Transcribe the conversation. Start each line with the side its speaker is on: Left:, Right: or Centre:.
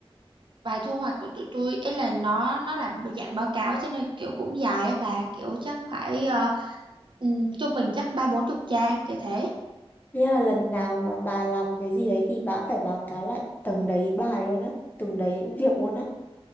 Right: bài thu hoạch của tụi tôi ấy là nó nó là dạng báo cáo cho nên kiểu cũng dài á bà kiểu chắc phải ờ, ừm, trung bình chắc ba bốn chục trang kiểu thế
Left: Nghĩa là lần nào mà bà làm một cái gì đấy thì bà cũng phải báo cáo lại từng đấy bài luôn á, từng đấy việc luôn á.